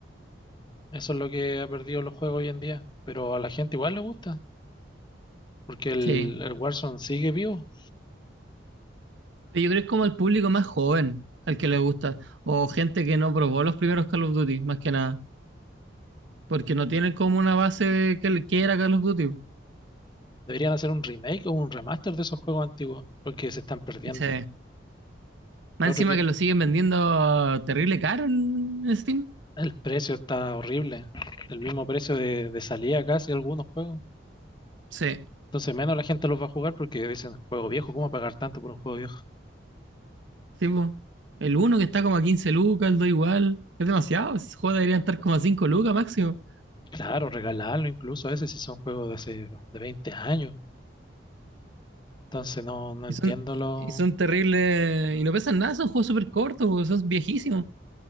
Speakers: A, on the left; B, on the right.
A: Eso es lo que ha perdido los juegos hoy en día, pero a la gente igual le gusta, porque el,
B: Sí.
A: el Warzone sigue vivo.
B: Pero yo creo que es como el público más joven al que le gusta, o gente que no probó los primeros Call of Duty, más que nada, porque no tienen como una base de que, que era Call of Duty.
A: Deberían hacer un remake o un remaster de esos juegos antiguos, porque se están perdiendo.
B: Sí. Más
A: Lo
B: encima
A: otro que,
B: que lo siguen vendiendo terrible caro en Steam.
A: El precio está horrible. El mismo precio de, de salida casi algunos juegos.
B: Sí.
A: Entonces menos la gente los va a jugar porque dicen, juego viejo, ¿cómo pagar tanto por un juego viejo?
B: Sí, po. El uno que está como a 15 lucas, el 2 igual. Es demasiado. Esos juegos deberían estar como a 5 lucas máximo.
A: Claro, regalarlo incluso a veces si son juegos de hace de 20 años. Entonces no, no entiendo
B: Y son,
A: lo...
B: y son terribles. Y no pesan nada, son juegos súper cortos, po, son viejísimos.